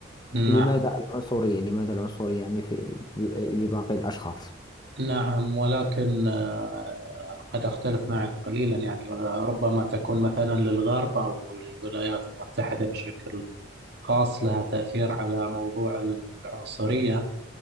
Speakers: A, on the right; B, on the left.
A: نعم
B: لماذا العنصرية لماذا العنصرية يعني في لباقي الأشخاص
A: نعم ولكن آه، قد أختلف معك قليلا يعني ربما تكون مثلا للغرب أو للولايات المتحدة بشكل خاص لها تأثير على موضوع العنصرية